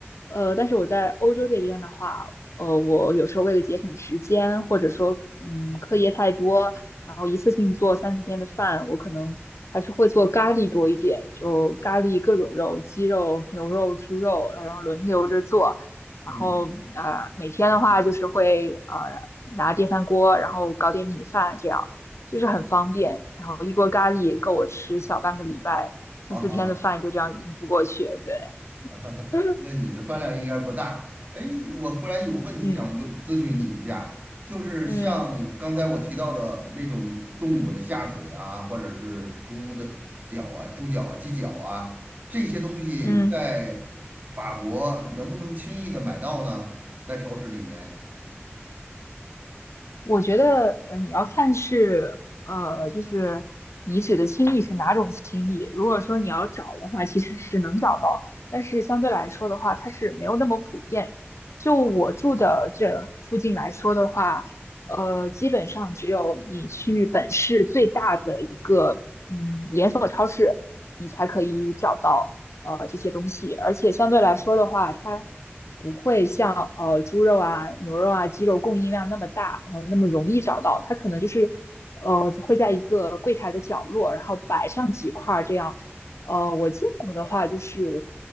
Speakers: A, on the left; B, on the right.
A: 呃，但是我在欧洲这边的话，呃，我有时候为了节省时间，或者说嗯课业太多，然后一次性做三四天的饭，我可能还是会做咖喱多一点，就咖喱各种肉，鸡肉、牛肉、猪肉，然后轮流着做。
B: 嗯，
A: 然后呃，每天的话就是会呃拿电饭锅，然后搞点米饭，这样就是很方便。然后一锅咖喱够我吃小半个礼拜，三四天的饭就这样应付过去。
B: 好好好。
A: 对，
B: <laughs> 啊，
A: <laughs>
B: 那你的饭量应该不大。哎，我忽然有个问题想问咨询你一下，
A: 嗯
B: 就是像刚才我提到的那种动物的下水啊，
A: 嗯
B: 或者是猪的脚啊、猪脚啊鸡脚啊，这些东西在法国能不能轻易的买到呢？
A: 嗯。
B: 在超市里面。
A: 我觉得，呃，你要看是，呃，就是你指的轻易是哪种轻易。如果说你要找的话，其实是能找到，但是相对来说的话，它是没有那么普遍。就我住的这附近来说的话，呃，基本上只有你去本市最大的一个，嗯，连锁超市，你才可以找到，呃，这些东西。而且相对来说的话，它不会像呃猪肉啊、牛肉啊、鸡肉供应量那么大，然后那么容易找到。它可能就是呃会在一个柜台的角落，然后摆上几块儿这样。呃，我见过的话就是